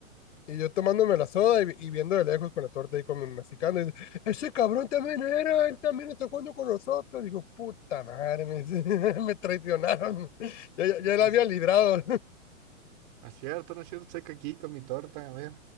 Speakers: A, on the left; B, on the right.
A: Y yo tomándome la soda y, y viendo de lejos con la torta y con mi masticando. Y dice, ese cabrón también era, él también está jugando con nosotros. Digo, puta madre, me, dice, <laughs> me traicionaron. Yo, yo, yo la
B: No
A: había
B: es
A: librado. <laughs>
B: no es cierto, no es cierto. Estoy aquí con mi torta, a ver.